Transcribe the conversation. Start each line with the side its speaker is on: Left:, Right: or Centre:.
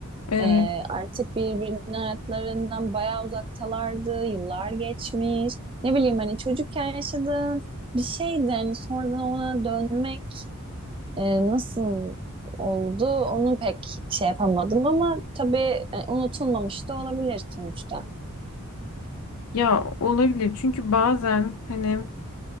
Left: Evet.
Right: Ee, artık birbirinin hayatlarından bayağı uzaktalardı. Yıllar geçmiş. Ne bileyim hani çocukken yaşadığın bir şeydi. Hani sonradan ona dönmek e, nasıl oldu onu pek şey yapamadım ama tabii e, unutulmamış da olabilir sonuçta.
Left: Ya olabilir çünkü bazen hani